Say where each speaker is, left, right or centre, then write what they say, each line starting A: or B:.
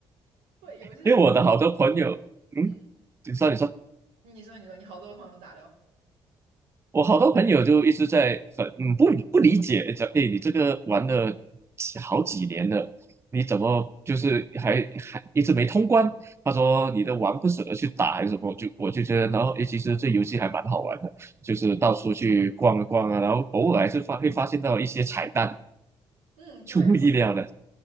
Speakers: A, on the right (about 85°); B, on the right (about 25°).
A: 对，游戏上面，
B: 因为我的好多朋友，嗯，
A: 嗯，
B: 你说你说。
A: 你说，你说，你好多朋友咋聊？
B: 我好多朋友就一直在很嗯不不理解，讲哎你这个玩了几好几年了，你怎么就是还还一直没通关？他说你的玩不舍得去打还是什么？就我就觉得，然后哎其实这游戏还蛮好玩的，就是到处去逛一逛啊，然后偶尔还是发会发现到一些彩蛋，
A: 嗯，对，
B: 出乎意料的。
A: 是。